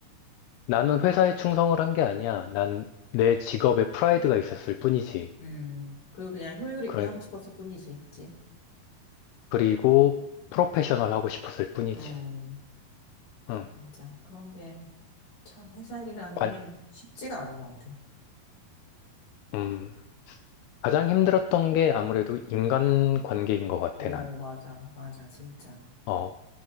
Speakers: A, on the left; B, on the left.
A: 나는 회사에 충성을 한 게 아니야. 난 내 직업에 프라이드가 있었을 뿐이지.
B: 음, 그리고 그냥 효율 있게
A: 그래,
B: 하고 싶었을 뿐이지, 그치?
A: 그리고 프로페셔널 하고 싶었을 뿐이지.
B: 음,
A: 응.
B: 맞아. 그런 게 참 회사 일이라는
A: 관,
B: 게 쉽지가 않은 것 같아.
A: 음. 가장 힘들었던 게 아무래도 인간 관계인 것 같아,
B: 어,
A: 난.
B: 맞아, 맞아, 진짜.
A: 어.